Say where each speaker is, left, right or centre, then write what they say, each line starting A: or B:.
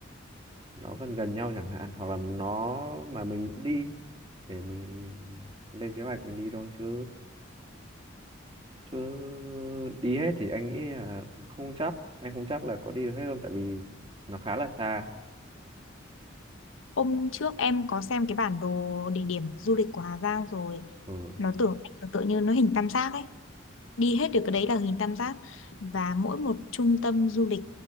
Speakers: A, on the right; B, on the left.
A: nó gần gần nhau chẳng hạn, hoặc là nó mà mình muốn đi để mình lên kế hoạch mình đi thôi chứ. chứ đi hết thì anh nghĩ là không chắc anh không chắc là có đi được hết luôn tại vì nó khá là xa
B: Hôm trước em có xem cái bản đồ địa điểm du lịch của Hà Giang rồi
A: ừ
B: nó tưởng anh tưởng tượng như nó hình tam giác ấy đi hết được cái đấy là hình tam giác và mỗi một trung tâm du lịch